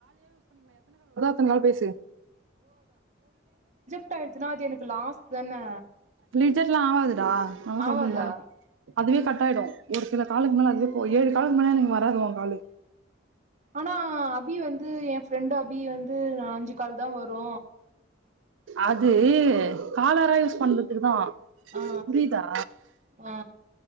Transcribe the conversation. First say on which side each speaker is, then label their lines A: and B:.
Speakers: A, on the right; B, on the right.
A: நீயாவே பேசு
B: கட் ஆயிடுச்சுன்னா அது எனக்கு லாஸ் தானே
A: லிஜர்லாம் ஆவாது ஆ நான்
B: ஆவாதா
A: சொல்லறேன்ல்ல அதுவே கட் <unintelligible> ஒரு சில காலுக் மேலே அதுவெ போ ஏழு காலுக்கு மேலே வராது ஒ காலு
B: ஆனா அபி வந்து எ ஃப்ரெண்டு் அ பி வந்து அஞ்சு கால் தா வரு
A: அது காலரா யூஸ் பண்ற துக்குதா
B: ஆ
A: புரியிதா
B: ஆ ஆ